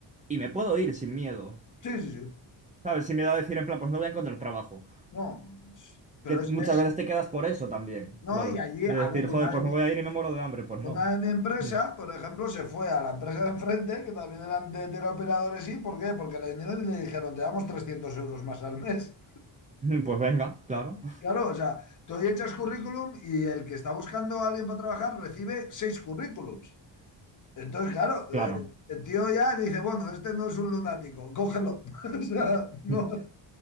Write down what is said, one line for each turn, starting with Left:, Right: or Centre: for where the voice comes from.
Right: y me puedo ir sin miedo,
Left: sí, sí.
Right: ¿sabes? Sin miedo a decir en plan, pues no voy a encontrar trabajo.
Left: No, es- pero
Right: Que muchas
Left: es, es-
Right: veces te quedas por eso también,
Left: no,
Right: claro.
Left: y allí,
Right: De
Left: a
Right: decir,
Left: ver, una
Right: joder, pues
Left: de mi,
Right: me voy a ir y me muero de hambre, pues no.
Left: una de mi empresa,
Right: Mm.
Left: por ejemplo, se fue a la empresa de enfrente, que también eran de teleoperadores, ¿y por qué? Porque le vinieron y le dijeron, te damos 300 euros más al mes.
Right: <laughs> Pues venga, claro,
Left: Claro, o sea, tú ahí echas currículum y el que está buscando a alguien para trabajar recibe seis currículums. Entonces, claro,
Right: claro.
Left: eh, el tío ya dice, bueno, este no es un lunático, cógelo. <laughs> O sea, no,
Right: <laughs>